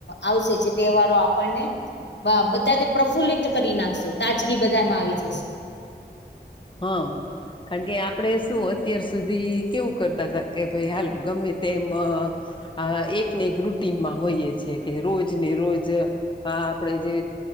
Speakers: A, on the left (about 85°); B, on the left (about 30°).
A: આવશે જે તહેવારો આપણને વા બધા તે પ્રફુલ્લિત કરી નાખશે તાજગી બધામાં આવી જશે
B: હા. કારણ કે આપણે શું અત્યાર સુધી કેવું કરતા હતા કે ભાઈ હાલો ગમે તેમ હા એકને એક રૂટિનમાં હોઈએ છે કે રોજ ને રોજ આ આપણેે જે